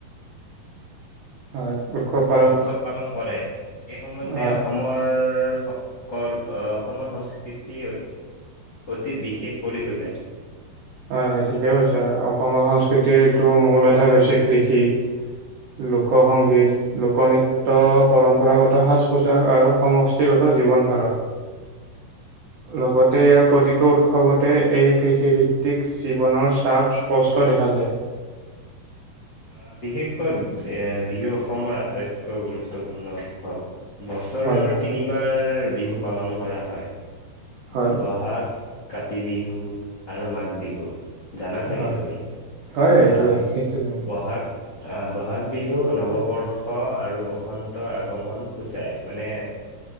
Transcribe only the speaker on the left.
উৎসৱ পালন কৰে, এই সমন্ধে
অসম মই সকল অসমৰ সংস্কৃতি অতি বিশেষ কৰি তোলে।
আ, বিশেষকৈ এ, বিহু অসমৰ আটাইতকৈ গুৰুত্বপূৰ্ণ উৎসৱ। বছৰৰ
তিনিবাৰ বিহু পালন কৰা হয়,
বহাগ কাতি বিহু আৰু মাঘ বিহু জানা চাগে
তুমি,
আ
বহাগ আ, বহাগ বিহু নৱবৰ্ষ আৰু বসন্ত আগমন সূচাই, মানে